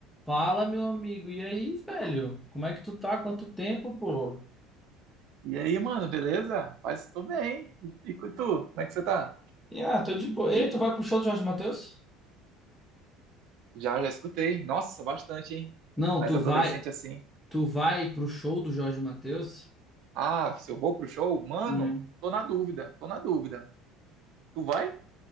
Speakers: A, in the centre; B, on the right.
A: Fala, meu amigo. E aí, velho? Como é que tu tá? Quanto tempo, pô?
B: E aí, mano, beleza? Paz, tô bem. E, e tu, como é que você tá?
A: E, ah, tô de boa. E tu vai pro show do Jorge Mateus?
B: Já, já escutei. Nossa, bastante, hein?
A: Não,
B: Mas
A: tu
B: adolescente
A: vai,
B: assim.
A: tu vai pro show do Jorge Mateus?
B: Ah, se eu vou pro show, mano,
A: Hum.
B: tô na dúvida, tô na dúvida. Tu vai?